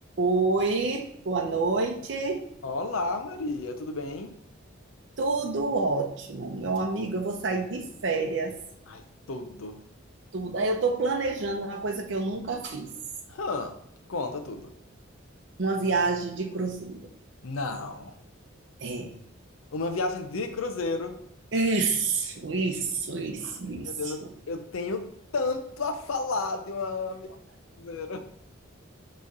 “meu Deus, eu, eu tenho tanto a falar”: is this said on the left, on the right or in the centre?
Left